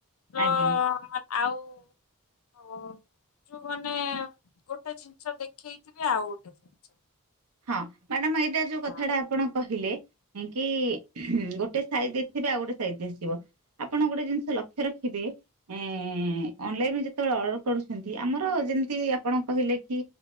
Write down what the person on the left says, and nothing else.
ହଁ
ଆଉ <inaudible> ଯୋଉ ମାନେ ଗୋଟେ ଗୋଟେ ଜିନିଷ ଦେଖେଇଥିବେ ଆଉ ଗୋଟେ ଜିନିଷ
ହଁ